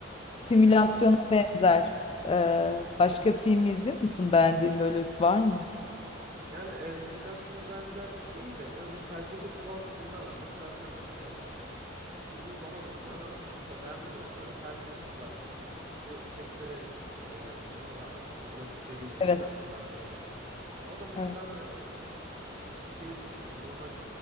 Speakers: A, on the left; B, on the right.
A: simülasyona
B: Evet buyurun.
A: benzer e, başka film izliyor musun? Beğendiğin böyle var mı?
B: Yani e, simülasyona benzer değil de öbür felsefesi olan filmler var. Mesela atıyorum e, çok uzun zaman oldu. Yani aslında çok da beğenmedim ama hani felsefesi var filmin. Bu Testere e, filmi vardı yani. O, o da bir seriydi mesela
A: Evet,
B: hatırlarsanız belki. Ya o da mesela
A: evet
B: hani, e, o- o şeyin e, normal